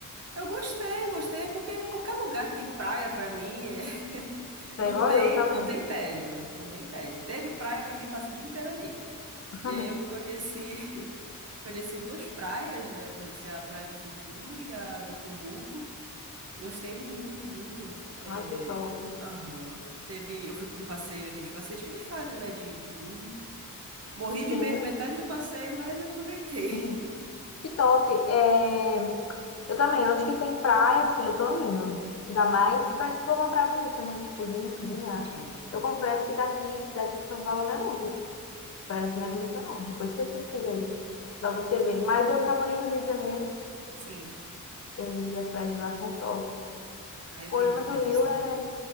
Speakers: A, on the right; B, on the left.
A: Eu gostei, gostei, porque qualquer lugar que tem praia pra mim é... <laughs>
B: Foi
A: não
B: igual
A: tem,
B: eu também.
A: não tem tédio, não tem tédio. Teve praia pra mim, passo o dia inteiro ali.
B: <laughs>
A: E aí eu conheci, <laughs> conheci duas praias, né? Eu conheci a Praia do Futuro e a do Cumbuco. Gostei muito, muito. É,
B: Ai, que top.
A: Aham. Teve, eu fui para um passeio, aqueles passeios que eles fazem, né? De, de buggy. Morri
B: Sim.
A: de medo metade do passeio, mas aproveitei.
B: <laughs>
A: <laughs>
B: Que top. É... Eu também, onde que tem praia, filho, eu tô indo. Ainda mais pra se for uma praia bonita, né? Tipo, limpinha.
A: É,
B: Eu confesso que daqui, daqui de São Paulo não é não, viu? As praias aqui não é bonita não. Depois você pesquisa aí, pra você ver. Mas eu já morei no Rio de Janeiro
A: sim.
B: e as praias de lá são top. O
A: Ah, eu
B: problema
A: tenho vontade
B: do
A: de
B: Rio
A: visitar
B: é,
A: o Rio.